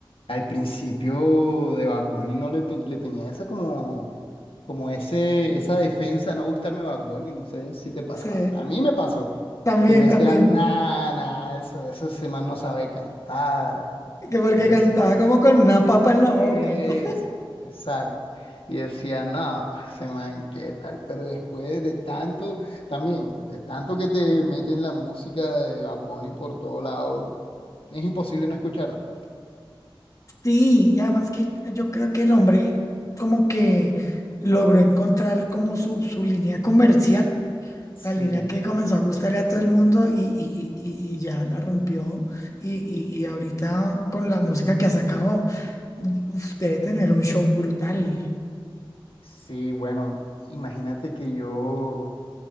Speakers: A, on the left; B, on the left.
A: al principio de Bad Bunny no le, ten- le tenía esa como, como ese, esa defensa, no gustarme Bad Bunny, no sé si te pasó.
B: Sí,
A: A, a mí me pasó,
B: también,
A: que yo decía,
B: también.
A: nah, nah, eso, eso ese man no sabe cantar,
B: Que porque
A: es.
B: cantaba como con una papa en la
A: Es,
B: boca, ¿no? <laughs>
A: exacto. Y decía, no, ese man, ¿qué tal? Pero después de tanto, también, de tanto que te meten la música de Bad Bunny por todo lado, es imposible no escucharla.
B: Sí, y además que yo creo que el hombre como que logró encontrar como su, su línea comercial.
A: Sí,
B: La línea que comenzó a gustarle a todo el mundo y, y- y- y y ya la rompió. Y, y- y ahorita con la música que ha sacado, uf, debe tener un show brutal.
A: sí, bueno, imagínate que yo,